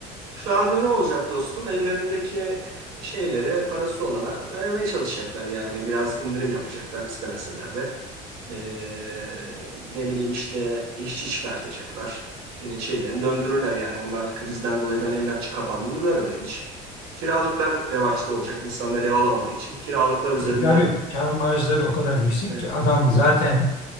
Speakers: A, on the right; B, on the left.
A: Şu anda ne olacak dostum? Ellerindeki şeylere, parası olana vermeye çalışacaklar yani. Biraz indirim yapacaklar istemeseler de. Ee, ne bileyim işte işçi çıkartacaklar. Yine şeylerini döndürürler yani. Onlar krizden dolayı ben emlakçı kapandığını göremedim hiç. Kiralıklar revaçta olacak. İnsanlar ev alamadığı için. Kiralıklar üzerinden.
B: Çünkü abi kâr marjları o kadar yüksek
A: Evet.
B: ki adam zaten